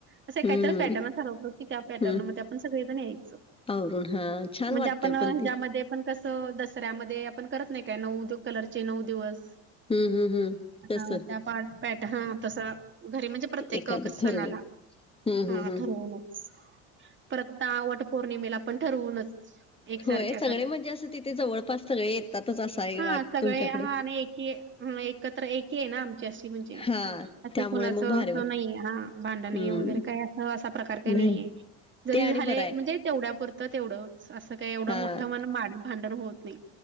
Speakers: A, on the right (about 35°); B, on the left (about 15°).
A: असं
B: हम्म
A: काहीतरी पॅटर्न ठरवतो की त्या पॅटर्न
B: हम्म
A: मध्ये आपण सगळेजण यायच.
B: आवरून हा छान
A: म्हणजे
B: वाटतय
A: आपण ह्यामध्ये
B: पण ते
A: पण कस. त दसऱ्यामध्ये आपण करत नाही काय नऊ कलरचे नऊ दिवस.
B: हम्म हम्म हम्म तस
A: हा त्या पा पट हा तस घरी म्हणजे. प्रत्येक
B: एखादं
A: क सणाला
B: ठरवून हम्म
A: हा
B: हम्म हम्म
A: ठरवूनच. परत ता वट पौर्णिमेला पण ठरवूनच. एकसारख्या
B: होय सगळे
A: साड्या
B: म्हणजे असं तिथे जवळपास सगळे येतातच असं आहे
A: हा
B: वाट
A: सगळे
B: तुमच्याकडे.
A: हा आणि एकी. ह एकत्र एकी आहे ना आमची अशी म्हणजे.
B: हा
A: इथं
B: त्यामुळे
A: कुणाचं
B: मग भारी
A: असं
B: वाट
A: नाहीये हा भांडणी
B: हम्म
A: वगैरे काही असं असा प्रकार काही नाहीये.
B: नाही
A: जरी
B: ते आणि
A: झाले
B: बरं आहे.
A: म्हणजे तेवढ्यापुरतं तेवढंच असं काय एवढं
B: हा
A: मोठं मण मार भांडण होत नाही.